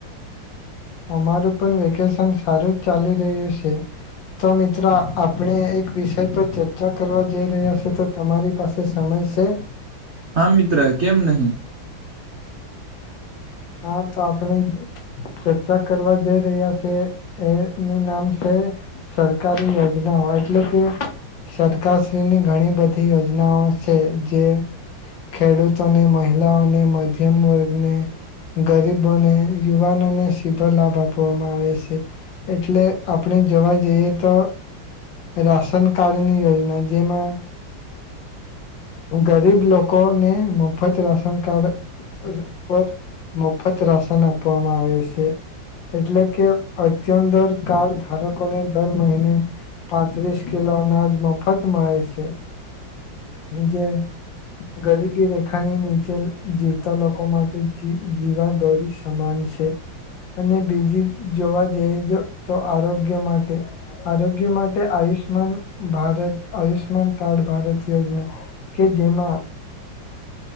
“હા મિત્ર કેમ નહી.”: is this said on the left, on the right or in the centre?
Right